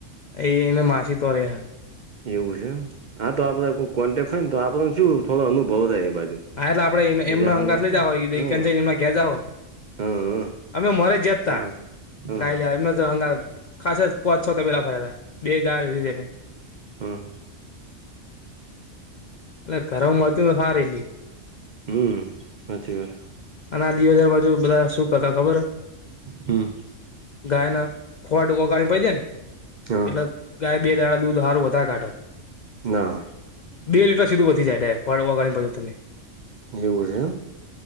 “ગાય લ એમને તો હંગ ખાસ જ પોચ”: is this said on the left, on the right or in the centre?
Left